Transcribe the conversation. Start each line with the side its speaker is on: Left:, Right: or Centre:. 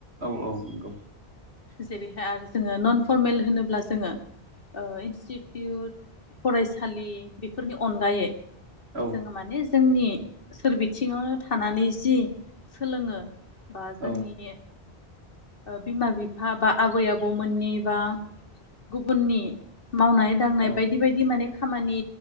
Right: औ औ नंगौ।
Left: जेरैहाय आरो जोङो नन फरमेल होनोब्ला जोङो ओ इन्स्टिटिउट फरायसालि बेफोरनि अनगायै
Right: औ
Left: जों मानि जोंनि सोरबिथिङावनो थानानै जि सोलोङो बा जोंनि
Right: औ
Left: ओ बिमा बिफा बा आबै आबौमोननि बा गुबुननि मावनाय दांनाय
Right: औ
Left: बायदि बायदि माने खामानि